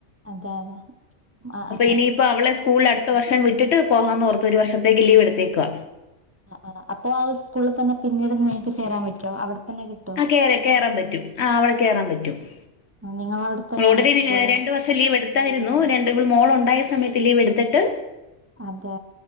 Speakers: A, on the right; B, on the left.
A: അതെ അതെ ആ ആ ആ
B: ഇനിയിപ്പോ അവളെ സ്കൂളിൽ അടുത്ത വർഷം വിട്ടിട്ട് പോഹാന്ന് ഓർത്ത് ഒരു വർഷത്തക്ക് ലീവ് എടുത്ത്. ത്തേക്കുവാ
A: ആ, അപ്പൊ ആ സ്കൂളിൽ തന്നെ പിന്നീട് നിങ്ങക്ക് ചേരാൻ പറ്റുവോ അവിടെ തന്നെ കിട്ടോ
B: ആ കേറാ കേറാൻ പറ്റും ആ അവിടെ കേറാൻ പറ്റും. <unintelligible>
A: നിങ്ങളവിടെ തന്നെയാണോ
B: ഓൾറെഡി
A: സ്കൂള്
B: ഒരു രണ്ടു വർഷം ലീവ് എടുത്തായിരുന്നു രണ്ട്‌ ഇവൾ മോളുണ്ടായ സമയത്ത് ലീവ് എടുത്തിട്ട്
A: അതാ